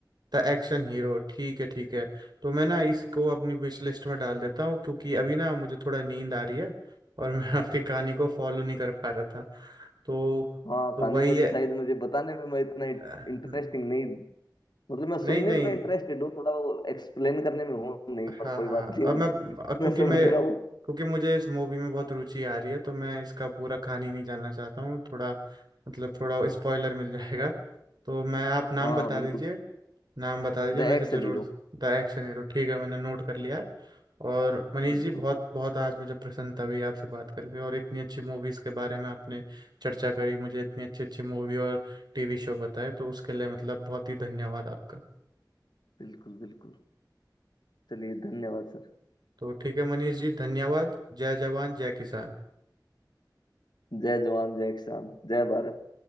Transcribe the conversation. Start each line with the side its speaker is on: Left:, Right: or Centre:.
Right: द एक्शन हीरो ठीक है ठीक है तो मैं ना इसको अपनी विश लिस्ट में डाल देता हूँ क्योंकि अभी ना मुझे थोड़ा नींद आ रही है और मैं <laughs> आपकी कहानी को फॉलो नहीं कर पा रहा था तो
Left: हाँ
Right: तो
Left: कहानी
Right: वही
Left: मेरी
Right: है
Left: शायद मुझे बताने में मैं इतना
Right: अ,
Left: इंटरेस्टिंग नहीं मतलब मैं
Right: नहीं
Left: सुनने
Right: नहीं
Left: में इंटरेस्टेड हूँ थोड़ा वो एक्सप्लेन करने में हूँ नहीं
Right: हाँ
Left: पर कोई
Right: हाँ
Left: बात नहीं
Right: अब मैं
Left: <laughs>
Right: अ, क्योंकि
Left: मैं समझ
Right: मैं
Left: रहा हूँ
Right: क्योंकि मुझे इस मूवी में बहुत रुचि आ रही है तो मैं इसका पूरा कहानी नहीं जानना चाहता हूँ थोड़ा मतलब थोड़ा स्पॉइलर मिल जाएगा तो मैं आप नाम
Left: हाँ
Right: बता
Left: बिल्कुल
Right: दीजिए नाम बता दीजिए
Left: The
Right: मैं इसे
Left: action
Right: जरूर
Left: hero
Right: द एक्शन हीरो ठीक है मैंने नोट कर लिया और मनीष
Left: बिल्कुल
Right: जी बहुत बहुत आज मुझे प्रसन्नता हुई आपसे बात करके और इतनी अच्छी मूवीज़ के बारे में आपने चर्चा करी मुझे इतनी अच्छी अच्छी मूवी और टीवी शो बताए तो उसके लिए मतलब बहुत ही धन्यवाद आपका
Left: बिल्कुल बिल्कुल चलिए धन्यवाद सर
Right: तो ठीक है मनीष जी धन्यवाद जय जवान जय किसान
Left: जय जवान जय किसान जय भारत